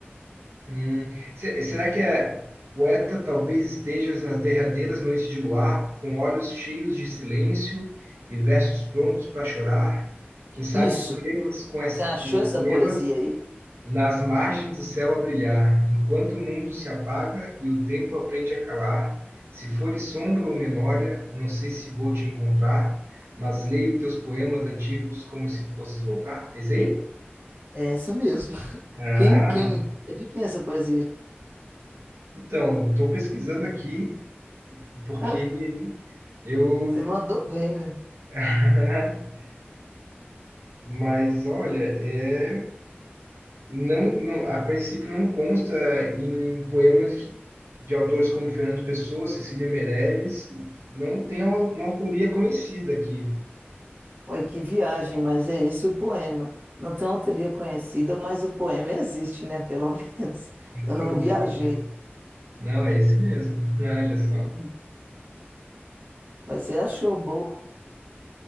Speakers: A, on the right; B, on the right.
A: hum, se- será que é poeta talvez estejas nas derradeiras noites de luar, com olhos cheios de silêncio e versos prontos para chorar? Quem sabe
B: Isso.
A: escrevas com, essa,
B: Você achou
A: com estrelas
B: essa poesia aí?
A: Nas margens do céu a brilhar, enquanto o mundo se apaga e o tempo aprende a calar, se fores sombra ou memória, não sei se vou te encontrar, mas leio teus poemas antigos como se fosses voltar. Esse aí?
B: É essa mesmo.
A: Ah,
B: Quem, quem? É de quem essa poesia?
A: então, estou pesquisando aqui porque
B: <laughs>
A: eu.
B: Você mandou bem, né?
A: <laughs> Mas olha, é. Não, não, a princípio não consta em poemas de, de autores como Fernando Pessoa, Cecília Meirelles, não tem au- uma autoria conhecida aqui.
B: Ué, que viagem, mas é esse o poema. Não tem autoria conhecida, mas o poema existe, né? Pelo <laughs> menos. Eu
A: Que
B: não
A: loucura.
B: viajei,
A: Não, é esse mesmo. <laughs> Olha só.
B: Uhum. mas você achou boa.